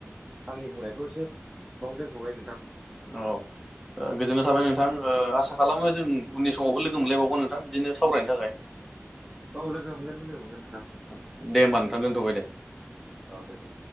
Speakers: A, on the right; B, in the centre.
A: आंनि बुंनायखौ एसे बावनो दोनथ'बाय नोंथां।
B: औ गोजोन्नाय थाबाय नोंथां आसा खालामो जों उननि समावबो लोगो मोनलायबावगोन नोंथां बिदिनो सावरायनो थाखाय। <inaudible>
A: बाव लोगो मोनगोन लोगो मोनगोन नोंथां।
B: दे होनोमबा नोंथां दोनथबाय दे।
A: औ दे दे